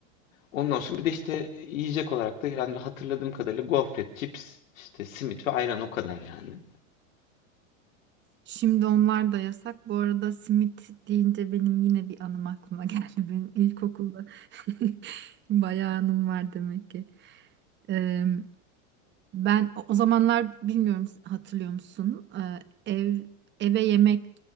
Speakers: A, on the left (about 80°); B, on the right (about 30°).
A: Ondan sonra bir de işte yiyecek olarak da yani hatırladığım kadarıyla gofret, cips, işte simit ve ayran o kadar yani.
B: Şimdi onlar da yasak. Bu arada simit deyince benim yine bir anım aklıma geldi. <laughs> Benim ilkokulda <laughs> bayağı anım var demek ki. Ee, ben o o zamanlar bilmiyorum si, hatırlıyor musun? Ee, ev eve yemek